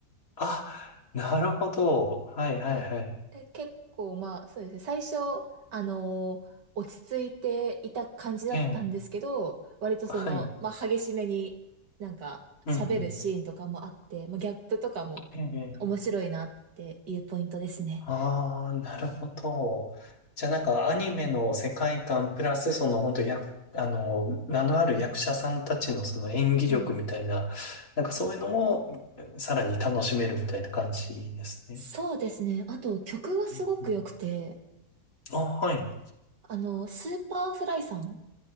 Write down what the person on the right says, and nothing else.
はい。で、結構まあそうですね。最初、あのー落ち着いていた感じだったんですけど、
割とその、
まあ激しめになんか喋るシーンとかもあって、
まあギャップとかも面白いなっていうポイントですね。
うん。
そうですね。あと曲がすごく良くて、
あの、スーパーフライさん